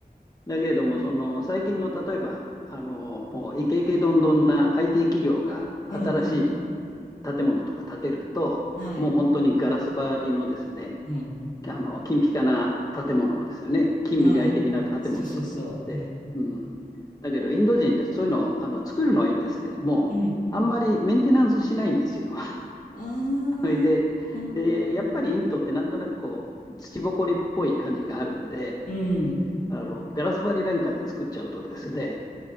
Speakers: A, on the left; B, on the left.
A: だけれども、その、最近の例えば、あの、もうイケイケどんどんな IT 企業が新し
B: うんうん。
A: 建物とか建てると、
B: はい。
A: もう本当にガラス張りのですね、
B: うん。
A: あの金ピカな建物ですよね、近未来的な建物を作っちゃって、
B: はい。そうそうそう。うん。
A: うん、だけど、インド人ってそういうのをあの作るのはいいんですけども、
B: うん。
A: あんまりメンテナンスしないんですよ。
B: ああ。
A: <laughs> それで、
B: うん。
A: で、やっぱりインドってなんとなくこう土ぼこりっぽい感じがあるんで、
B: うん。
A: あのガラス張りなんかで作っちゃうとですね、